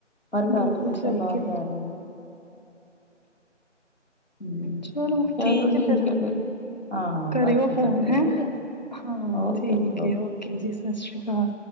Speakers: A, on the left; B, on the left.
A: ਹਰ
B: ਬਿਲਕੁਲ
A: ਘਰ ਚ ਬੱਚਾ
B: ਸਹੀ
A: ਬਾਹਰ
B: ਕਿਹਾ।
A: ਜਾ ਰਿਹਾ ਹਮ
B: ਚਲੋ ਠੀਕ
A: ਚਲੋ
B: ਆ ਫਿਰ
A: ਹੈ ਹਾਂ
B: ਕਰਿਓ
A: ਬਾਅਦ ਚੋਂ
B: ਫੋਨ
A: ਕਰਦੇ
B: ਹੈ,
A: ਆ ਠੀਕ
B: ਹਾਂ
A: ਓਕੇ
B: ਠੀਕ
A: ਜੀ
B: ਹੈ ਓਕੇ ਜੀ ਸਤਿ ਸ਼੍ਰੀ ਅਕਾਲ